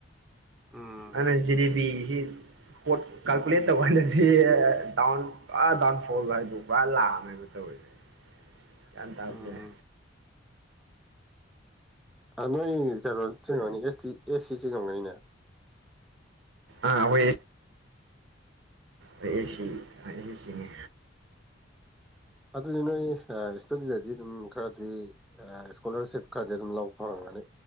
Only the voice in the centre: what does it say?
ꯎꯝ
ꯎꯝ ꯅꯣꯏ ꯀꯩꯅꯣ ꯆꯤꯡꯉꯅꯤ ꯑꯦꯁ ꯇ ꯑꯦꯁ ꯁꯤ ꯆꯤꯡꯉꯝꯒꯅꯤꯅꯦ
ꯎꯝ
ꯑꯗꯨ ꯑꯗꯨꯗꯤꯅ ꯏꯁꯇꯗꯤꯗꯗꯤ ꯑꯗꯨꯝ ꯈꯔꯗꯤ ꯏꯁꯀꯣꯂꯔꯁꯤꯞ ꯈꯔꯗꯤ ꯑꯗꯨꯝ ꯂꯧꯕ ꯐꯪꯒꯅꯤ